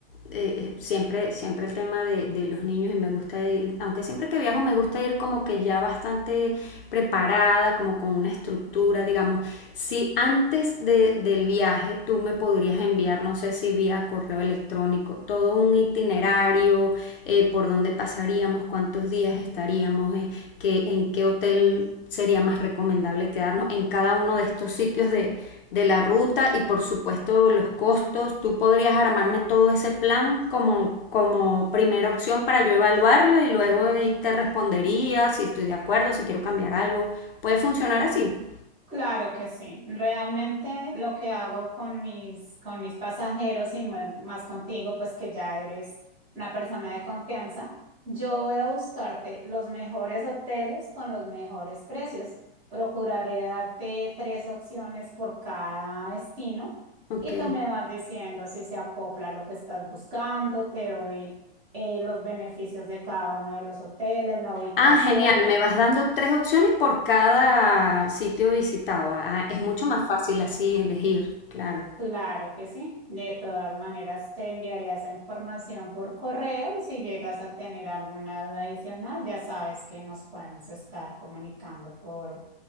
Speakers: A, on the left (about 60°); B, on the right (about 15°).
A: eh, siempre, siempre el tema de, de los niños y me gusta ir, aunque siempre que viajo me gusta ir como que ya bastante preparada, como con una estructura, digamos. Si antes de- del viaje tú me podrías enviar, no sé si vía correo electrónico, todo un itinerario, eh, por dónde pasaríamos, cuántos días estaríamos, eh, que, en qué hotel sería más recomendable quedarnos en cada uno de estos sitios de, de la ruta y por supuesto los costos. Tú podrías armarme todo ese plan como, como primera opción para yo evaluarlo y luego ahí te respondería si estoy de acuerdo, si quiero cambiar algo. ¿Puede funcionar así?
B: Claro que sí. Realmente lo que hago con mis, con mis pasajeros y más, más contigo, pues que ya eres una persona de confianza, yo voy a buscarte los mejores hoteles con los mejores precios. Procuraré darte tres opciones por cada destino
A: Ok.
B: y tú me vas diciendo si se acopla a lo que estás buscando, te doy eh, los beneficios de cada uno de los hoteles, la ubicación.
A: Ah, genial. Me vas dando tres opciones por cada sitio visitado. Ah, es mucho más fácil así elegir, claro.
B: Claro que sí. De todas maneras, te enviaré esa información por correo y si llegas a tener alguna duda adicional, ya sabes que nos podemos estar comunicando por,